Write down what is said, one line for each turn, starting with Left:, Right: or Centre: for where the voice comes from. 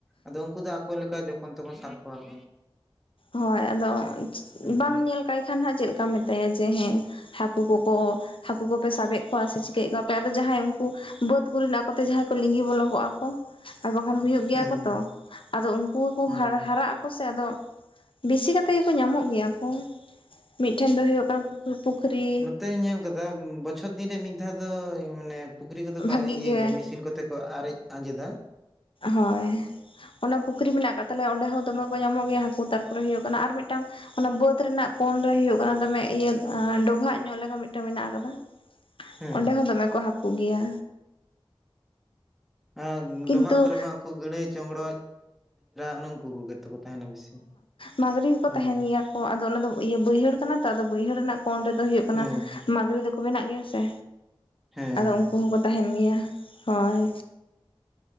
Centre: ᱟᱫᱚ ᱩᱱᱠᱩ ᱫᱚ ᱟᱠᱚ ᱞᱮᱠᱟ ᱡᱚᱠᱷᱚᱱ ᱛᱚᱠᱷᱚᱱ ᱥᱟᱵ ᱠᱚᱣᱟ ᱠᱚ᱾
Left: ᱦᱳᱭ ᱟᱫᱚ
Centre: ᱦᱩᱸ
Left: ᱵᱟᱝ ᱧᱮᱞ ᱠᱟᱭ ᱠᱷᱟᱱ ᱦᱟᱜ ᱪᱮᱫᱠᱟᱢ ᱢᱮᱛᱟᱭᱟ ᱡᱮ ᱦᱮᱸ ᱦᱟᱹᱠᱩ ᱠᱚᱠᱚ ᱦᱟᱹᱠᱩ ᱠᱚᱯᱮ ᱥᱟᱵᱮᱫ ᱠᱚᱣᱟ ᱥᱮ ᱪᱤᱠᱟᱹᱭᱮᱫ ᱠᱚᱣᱟᱯᱮ ᱟᱫᱚ ᱡᱟᱦᱟᱸᱭ ᱩᱱᱠᱩ ᱵᱟᱹᱫ ᱠᱚᱨᱮᱱᱟᱜ ᱠᱚᱛᱮ ᱡᱟᱦᱟᱸᱭ ᱠᱚ ᱞᱤᱸᱜᱤ ᱵᱚᱞᱚ ᱠᱚᱜᱼᱟ ᱠᱚ᱾ ᱟᱨ ᱵᱟᱝᱠᱷᱟᱱ ᱦᱩᱭᱩᱜ ᱜᱮᱭᱟ
Centre: ᱦᱮᱸ
Left: ᱠᱚ
Centre: ᱦᱮᱸ
Left: ᱛᱚ ᱟᱫᱚ ᱩᱱᱠᱩ ᱦᱚᱠᱚ
Centre: ᱦᱩᱸ
Left: ᱦᱟᱨ ᱦᱟᱨᱟᱜ ᱟᱠᱚ ᱥᱮ ᱟᱫᱚ ᱵᱮᱥᱤ ᱠᱟᱛᱮᱫ ᱜᱮᱠᱚ ᱧᱟᱢᱚᱜ ᱜᱮᱭᱟ ᱠᱚ ᱢᱤᱫᱴᱷᱮᱱ ᱫᱚ ᱦᱩᱭᱩᱜ ᱠᱟᱱᱟ ᱯᱩᱠᱷᱨᱤ
Centre: ᱱᱤᱛᱚᱜ ᱧᱮᱞ ᱠᱟᱫᱟ ᱵᱚᱪᱷᱚᱨ ᱫᱤᱱ ᱨᱮ ᱢᱤᱫ ᱫᱷᱟᱣ ᱫᱚ ᱢᱟᱱᱮ ᱯᱩᱠᱷᱨᱤ ᱠᱚᱫᱚ ᱠᱚ
Left: ᱵᱷᱟᱹᱜᱤ
Centre: ᱤᱭᱟᱹᱭ
Left: ᱜᱮ
Centre: ᱜᱮᱭᱟ ᱢᱮᱥᱤᱱ ᱠᱚᱛᱮ ᱠᱚ ᱟᱨᱮᱡ ᱟᱸᱡᱮᱫᱟ
Left: ᱦᱚᱭ ᱚᱱᱮ ᱯᱩᱠᱷᱨᱤ ᱢᱮᱱᱟᱜ ᱠᱟᱜ ᱛᱟᱞᱮᱭᱟ ᱚᱸᱰᱮ ᱦᱚᱸ ᱫᱚᱢᱮ ᱠᱚ ᱧᱟᱢᱚᱜ ᱜᱮᱭᱟ ᱦᱟᱹᱠᱩ ᱛᱟᱨᱯᱚᱨᱮ ᱦᱩᱭᱩᱜ ᱠᱟᱱᱟ ᱟᱨ ᱢᱤᱫᱴᱟᱝ ᱚᱱᱟ ᱵᱟᱹᱫᱽ ᱨᱮᱱᱟᱜ ᱠᱳᱱ ᱨᱮ ᱦᱩᱭᱩᱜ ᱠᱟᱱᱟ ᱫᱚᱢᱮ ᱤᱭᱟᱹ ᱰᱚᱵᱷᱟᱜ ᱧᱚᱜ ᱞᱮᱠᱟ ᱢᱤᱫᱴᱮᱡ ᱢᱮᱱᱟᱜ ᱟᱠᱟᱫᱟ᱾
Centre: ᱦᱮᱸ
Left: ᱚᱸᱰᱮ ᱦᱚᱸ ᱫᱚᱢᱮ ᱠᱚ ᱦᱟᱹᱠᱩᱜ ᱜᱮᱭᱟ᱾
Centre: ᱦᱮᱸ
Left: ᱠᱤᱱᱛᱩ
Centre: ᱰᱚᱵᱷᱟᱜ ᱠᱚᱨᱮ ᱢᱟ ᱩᱱᱠᱩ ᱜᱟᱹᱲᱟᱹᱭ ᱪᱚᱝᱜᱽᱲᱟ᱾ ᱚᱱᱮ ᱩᱱᱠᱩ ᱠᱚ ᱜᱮ ᱛᱚ ᱠᱩ ᱛᱟᱦᱮᱸᱱᱟ ᱵᱮᱥᱤ᱾
Left: ᱢᱟᱹᱜᱽᱨᱤ ᱦᱚᱸᱠᱚ
Centre: ᱦᱮᱸ
Left: ᱛᱟᱦᱮᱸᱱ ᱜᱮᱭᱟ ᱠᱚ ᱟᱫᱚ ᱚᱱᱟᱫᱚ ᱤᱭᱟᱹ ᱵᱟᱹᱭᱦᱟᱹᱲ ᱠᱟᱱᱟ ᱛᱚ ᱟᱫᱚ ᱵᱟᱹᱭᱦᱟᱹᱲ ᱨᱮᱱᱟᱜ ᱠᱚᱱ ᱨᱮᱫᱚ ᱦᱩᱭᱩᱜ ᱠᱟᱱᱟ
Centre: ᱦᱮᱸ
Left: ᱢᱟᱜᱽᱨᱤ ᱫᱚᱠᱚ ᱵᱮᱱᱟᱜ ᱜᱮᱭᱟ ᱥᱮ,
Centre: ᱦᱮᱸ
Left: ᱟᱫᱚ
Centre: ᱦᱮᱸ
Left: ᱩᱱᱠᱩ
Centre: ᱦᱮᱸ
Left: ᱦᱚᱸᱠᱚ ᱛᱟᱦᱮᱸᱱ ᱜᱮᱭᱟ ᱦᱳᱭ᱾